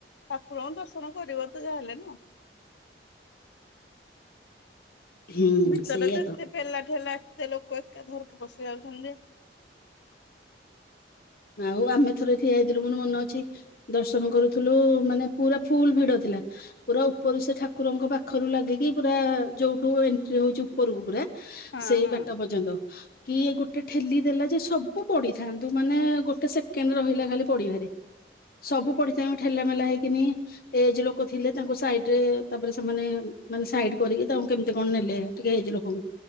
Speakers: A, on the left (about 80°); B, on the left (about 55°).
A: ଠାକୁରଙ୍କ ଦର୍ଶନ କରିବ ତ ଯାହା ହେଲେ ନା।
B: ହୁଁ
A: ଭିତରେ
B: ସେଇଆ
A: ତ ଏତେ ପେଲା ଠେଲା ଏତେ ଲୋକ ଏକା ଥରକେ ପଶି ଯାଉଚନ୍ତି ଜେ
B: ଆଉ ଆମେ ଥରେ ଠିଆ ହେଇଥିଲୁ ମୋର ମନେ ଅଛି ଦର୍ଶନ କରୁଥିଲୁ ମାନେ ପୁରା ଫୁଲ୍ ଭିଡ ଥିଲା? ପୁରା ଉପରୁ ସେ ଠାକୁରଙ୍କ ପାଖରୁ ଲାଗିକି ପୁରା ଯୋଉଠୁ ଏଣ୍ଟ୍ରି ହୋଉଚୁ ଉ ପରକୁ ପୁରା
A: ହଁ
B: ସେଇ
A: ହଁ।
B: ବାଟ ପର୍ଯ୍ୟନ୍ତ? କିଏ ଗୋଟେ ଠେଲି ଦେଲା ଯେ ସବୁ ପଡିଥାନ୍ତୁ ମାନେ ଗୋଟେ ସେକେଣ୍ଡ ରହିଲା ଖାଲି ପଡିବାରେ ସବୁ ପଡିଥାଉଁ ଠେଲା ମେଲା ହେଇକିନି ଏ ଯେ ଲୋକ ଥିଲେ ତାଙ୍କୁ ସାଇଟି ରେ ତାପରେ ସେମାନେ ମାନେ ସାଇଟି କରିକି ତାଙ୍କୁ କେମତି କଣ ନେଲେ? ଟିକେ ଏଜେ ଲୋକଙ୍କୁ